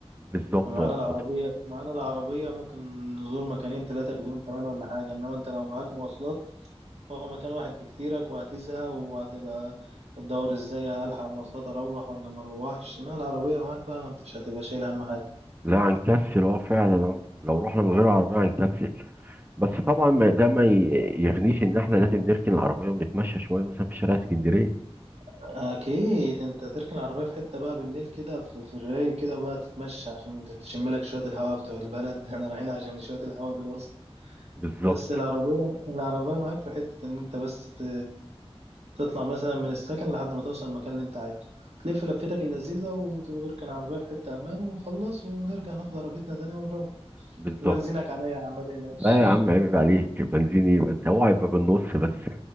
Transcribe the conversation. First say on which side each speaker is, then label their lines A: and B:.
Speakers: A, on the right (about 20°); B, on the right (about 85°).
A: بالظبط
B: ما معانا
A: اه
B: العربيه
A: وط-
B: معانا العربيه ممكن نزور مكانين ثلاثه في اليوم كمان ولا حاجه انما انت لو معاك مواصلات هو مكان واحد بكتيرك وهتزهق وهتبقى بتدور ازاي هلحق مواصلات اروح ولا ما اروحش انما العربيه معاك بقى ما انتش هتبقى شايل هم حاجه
A: لا هنكسل اه فعلا اه لو رحنا من غير عربية هنكسل بس طبعا ما- ده ما ي- يغنيش ان احنا لازم نركن العربية ونتمشى شوية مثلا في شارع اسكندرية
B: اكيد انت تركن العربيه في حته بقى بالليل كده في, في الرايق كده بقى تتمشى عشان تشم لك شويه الهواء بتوع البلد <laughs> احنا رايحين عشان شويه الهواء دول اصلا
A: بالظبط
B: بس العربيه العربيه معاك في حته ان انت بس ت- تطلع مثلا من السكن لحد ما توصل المكان اللي انت عايزه تلف لفتك اللذيذه وتركن العربيه في حته امان ونخلص ونرجع ناخد عربيتنا تاني ونروح
A: بالظبط
B: وبنزينك عليا يا عم ما تقلقش
A: لا يا عم عيب عليك بنزيني بس هو هيبقى بالنص بس